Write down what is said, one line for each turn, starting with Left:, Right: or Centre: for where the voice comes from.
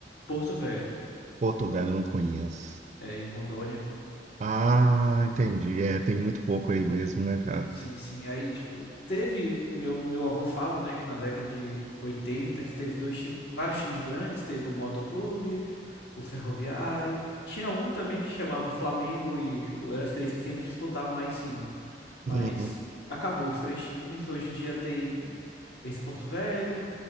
Left: Porto Velho,
Right: Porto Velho, eu não conheço.
Left: é em Rondônia.
Right: Ah, entendi. É, tem muito pouco aí mesmo, né, cara?
Left: Sim, sim. Aí, tipo, teve. Meu, meu avô fala, né, que na década de 80 teve dois time, vários times grandes. Teve o Motoclube, o Ferroviário. Tinha um também que chamava Flamengo e, tipo, eram os três que sempre disputavam lá em cima. Mas
Right: Uhum.
Left: acabou os três times. Hoje em dia tem esse Porto Velho.